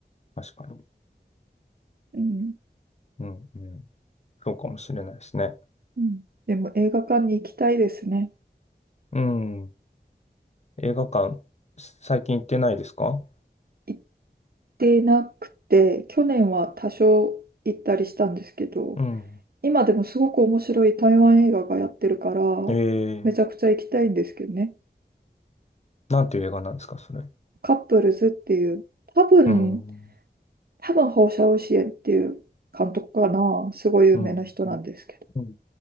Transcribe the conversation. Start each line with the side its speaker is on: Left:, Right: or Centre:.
Left: 確かに。
Right: うん。
Left: うん。うん。そうかもしれないですね。
Right: うん。でも映画館に行きたいですね。
Left: うん。映画館、最近行ってないですか
Right: 行ってなくて、去年は多少行ったりしたんですけど、
Left: うん。
Right: 今でもすごく面白い台湾映画がやってるから、
Left: ええ
Right: めちゃくちゃ行きたいんですけどね。
Left: なんていう映画なんですか、それ。
Right: カップルズっていう、多分、
Left: うん。
Right: 多分、放射線っていう監督かな、すごい有名な人なんですけ
Left: うん。うん。